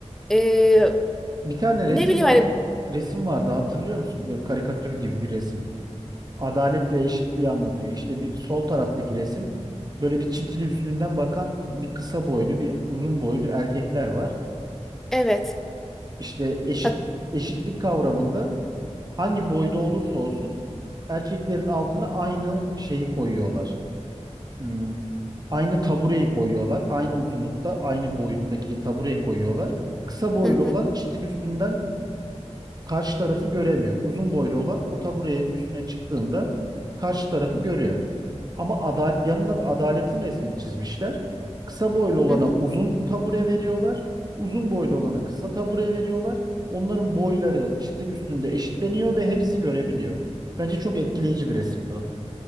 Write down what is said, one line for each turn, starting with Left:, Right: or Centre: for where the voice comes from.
Centre: ee,
Right: Bir tane
Centre: ne
Right: resim
Centre: bileyim
Right: vardı.
Centre: hani
Right: Resim vardı hatırlıyor musun? Böyle karikatür gibi bir resim. Adalet ve eşitliği anlatıyor. İşte bir sol taraftaki resim. Böyle bir çitin üstünden bakan bir kısa boylu, bir uzun boylu erkekler var.
Centre: evet.
Right: İşte eşit
Centre: Ha-
Right: eşitlik kavramında hangi boyda olursa olsun erkeklerin altına aynı şeyi koyuyorlar. Hmm, aynı tabureyi koyuyorlar. Aynı uzunlukta, aynı boyuttaki tabureyi koyuyorlar. Kısa boylu
Centre: Hı hı,
Right: olan çitin üstünden karşı tarafı göremiyor. Uzun boylu olan o taburenin üstüne çıktığında karşı tarafı görüyor. Ama adal yanına da adaletin resmini çizmişler. Kısa boylu olana
Centre: hı hı.
Right: uzun tabure veriyorlar. Uzun boylu olana kısa tabure veriyorlar. Onların boyları çitin üstünde eşitleniyor ve hepsi görebiliyor. Bence çok etkileyici bir resimdi o.